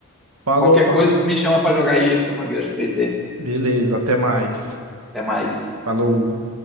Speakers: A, on the right; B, in the centre.
A: Falou,
B: Qualquer
A: mano.
B: coisa, tu me chama pra jogar aí esse Among Us 3D.
A: Beleza, até mais.
B: Até mais.
A: Falou.